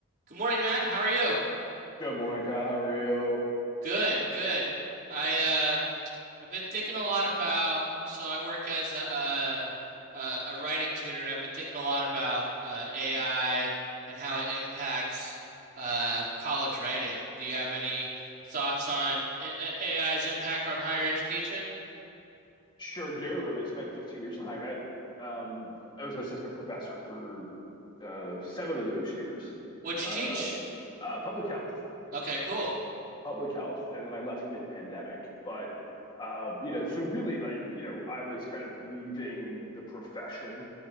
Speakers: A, on the right (about 45°); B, on the left (about 20°).
A: Good morning, Matt. How are you?
B: Good morning, Kyle. How are you?
A: Good, good. I um I've been thinking a lot about so I work as a a, a writing tutor and I've been thinking a lot about uh, AI and how it impacts uh, college writing. Do you have any thoughts on A- A- AI's impact on higher education?
B: Sure do. I mean, I spent 15 years in higher ed. Um, I was an assistant professor for uh, seven of those years,
A: What'd you
B: uh,
A: teach?
B: uh, public health,
A: Okay, cool.
B: public health, and then I left mid-pandemic. But uh, you know, so really, like you know, I was kind of leaving the profession